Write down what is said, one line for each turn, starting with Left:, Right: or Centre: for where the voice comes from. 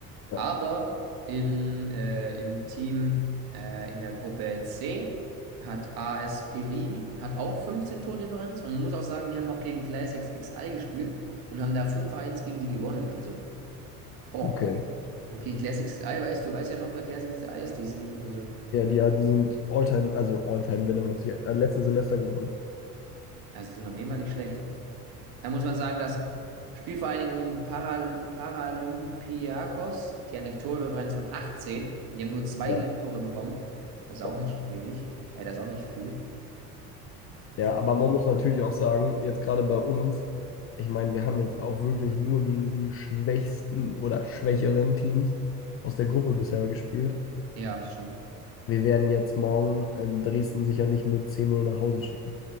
Left: Ja,
Right: aber im, äh, im Team äh, in der Gruppe C hat AS Pirin hat auch 15 Tordifferenz und man muss auch sagen, die haben auch gegen Classics XI gespielt und haben da 5-1 gegen die gewonnen. Also, boah.
Left: okay.
Right: Und gegen Classics XI, weißt du, weißt ja noch, wer Classics XI ist? Die sind, also.
Left: Ja, die, ja, die sind Alltime, also Alltime-Winner, hat sich äh, letztes Semester gewonnen.
Right: Also, sie sind auf jeden Fall nicht schlecht. Da muss man sagen, dass Spielvereinigung Paral Paralympiakos, die haben eine Tordifferenz von 18 und die haben nur zwei
Left: Ja,
Right: Mhm. Gegentore bekommen. Das
Left: boah.
Right: ist auch nicht wenig. Ja, das ist auch nicht viel. Das
Left: Ja,
Right: ist
Left: aber man muss natürlich auch sagen, jetzt gerade bei uns, ich meine, wir haben jetzt auch wirklich nur gegen die schwächsten oder schwächeren Teams aus der Gruppe bisher gespielt.
Right: ja, das stimmt.
Left: Wir werden jetzt morgen in Dresden sicher nicht mit 10-0 nach Hause schicken.